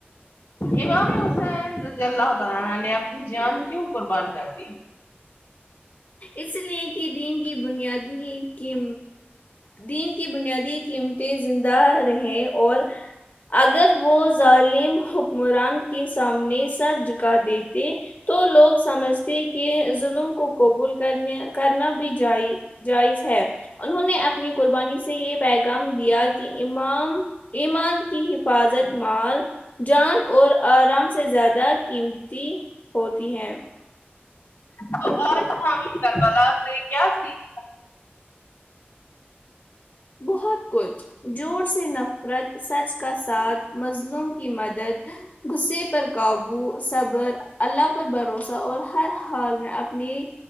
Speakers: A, on the left; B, on the left.
A: امام حسین رضی اللہ تعالیا نے اپنی جان کیوں قربان کر دی
B: اس لئے کہ دین کی بنیادی کی دین کی بنیادی قیمتیں زندہ رہیں اور اگر وہ ظالم حکمران کے سامنے سر جھکا دیتے تو لوگ سمجھتے کہ ظلم کو قبول کرنے کرنا بھی جائ جائز ہے انہوں نے اپنی قربانی سے یہ پیغام دیا کہ امام ایمان کی حفاظت مال جان اور آرام سے زیادہ قیمتی ہوتی ہے
A: <inaudible> کربلا سے کیا سیکھ
B: بہت کچھ جھوٹ سے نفرت سچ کا ساتھ مظلوم کی مدد غصے پر قابو صبر اللہ پر بھروسہ اور ہر حال میں اپنی